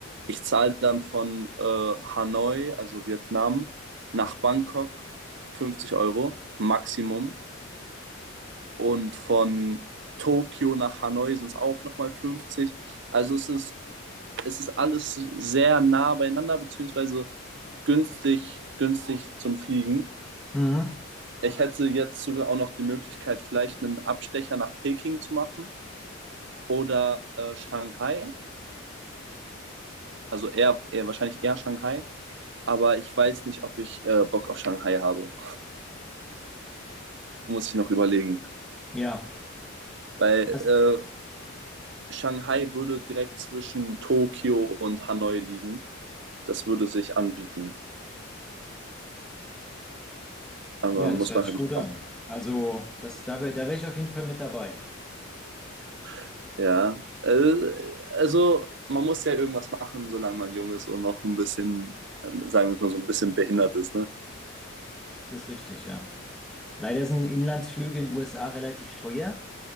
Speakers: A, on the right; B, in the centre.
A: ich zahle dann von äh, Hanoi, also Vietnam, nach Bangkok 50 Euro Maximum und von Tokio nach Hanoi sind es auch nochmal 50. Also es ist, es ist alles sehr nah beieinander, beziehungsweise günstig, günstig zum Fliegen.
B: Mhm.
A: Ich hätte jetzt sogar auch noch die Möglichkeit, vielleicht einen Abstecher nach Peking zu machen oder äh, Shanghai. Also eher, eher wahrscheinlich eher Shanghai. Aber ich weiß nicht, ob ich äh, Bock auf Shanghai habe. Muss ich noch überlegen.
B: Ja,
A: Weil
B: das,
A: äh, Shanghai würde direkt zwischen Tokio und Hanoi liegen. Das würde sich anbieten. Aber
B: ja, das
A: muss
B: hört
A: man
B: sich
A: halt
B: gut
A: mitmachen.
B: an. Also, das, da wäre da wär ich auf jeden Fall mit dabei.
A: <laughs> ja. Äh, also man muss ja irgendwas machen, solange man jung ist und noch ein bisschen, äh, sagen wir mal, so ein bisschen behindert ist. Ne?
B: Das ist richtig, ja. Leider sind Inlandsflüge in den USA relativ teuer.